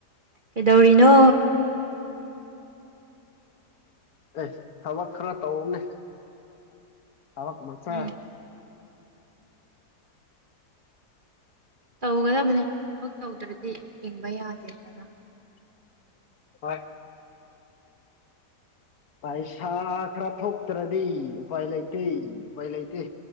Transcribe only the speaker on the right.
ꯑꯦꯗꯧꯔꯤꯅꯣ
ꯎꯝ ꯇꯧꯒꯗꯕꯅꯤ ꯊꯕꯛ ꯇꯧꯗ꯭ꯔꯗꯤ ꯍꯤꯡꯕ ꯌꯥꯗꯦꯗꯅ